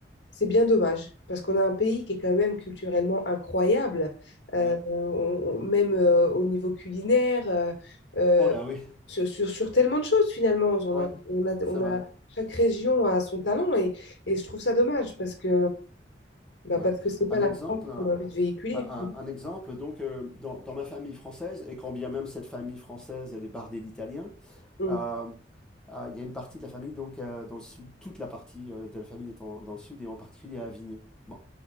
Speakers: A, on the left (about 75°); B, in the centre.
A: c'est bien dommage, parce qu'on a un pays qui est quand même culturellement incroyable, euh,
B: ouais.
A: on- on- même euh, au niveau culinaire, euh, euh,
B: Oh là oui,
A: sur, sur, sur tellement de choses finalement. On
B: ouais,
A: a, on a,
B: c'est
A: on
B: vrai.
A: a, chaque région a son talent et, et je trouve ça dommage parce que bah,
B: Ouais.
A: parce que c'est pas
B: Un
A: la
B: exemple,
A: France
B: un,
A: qu'on a envie de véhiculer.
B: un- un- un exemple, donc euh, dans, dans ma famille française, et quand bien même cette famille française, elle est bardée d'Italiens,
A: Mm.
B: euh, euh, il y a une partie de la famille donc euh, dans le sud, toute la partie euh, de la famille est en- dans le sud et en particulier à Avignon. Bon.